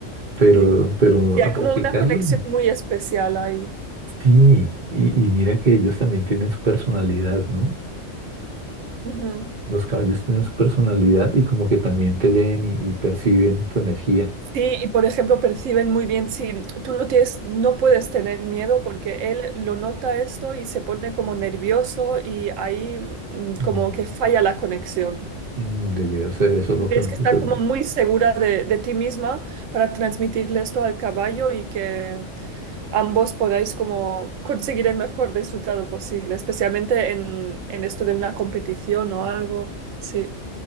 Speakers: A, on the right (about 40°); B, on the right (about 80°).
A: Pero,
B: sí.
A: Sí. pero
B: Sí, hay
A: a practicarlo,
B: como una conexión muy especial ahí.
A: sí. Y, y mira que ellos también tienen su personalidad, ¿no?
B: Ujú.
A: Los caballos tienen su personalidad y como que también te leen y, y perciben tu energía.
B: Sí, y por ejemplo, perciben muy bien si tú no tienes, no puedes tener miedo porque él lo nota esto y se pone como nervioso y ahí mm,
A: Mm,
B: como que falla la conexión.
A: mm, debió ser eso lo
B: Tú tienes
A: que me
B: que
A: sucedió.
B: estar como muy segura de, de ti misma para transmitirle esto al caballo y que ambos podáis como conseguir el mejor resultado posible, especialmente en, en esto de una competición o algo. Sí.